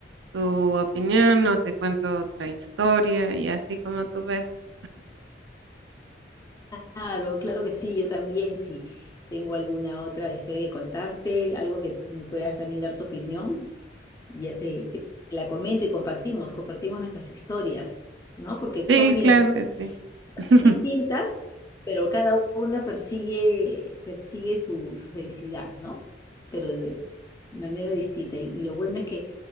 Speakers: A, on the right; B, on the left.
A: tu opinión o te cuento otra historia y así como tú veas.
B: Claro, claro que sí, yo también, si tengo alguna otra historia que contarte, algo que me puedas también dar tu opinión, ya te, te- la comento y compartimos, compartimos nuestras historias, ¿no? Porque son,
A: Sí,
B: mira,
A: claro
B: son
A: que sí.
B: tan
A: <laughs>
B: distintas, pero cada una persigue, persigue su, su felicidad, ¿no? Pero de manera distinta. Y, y lo bueno es que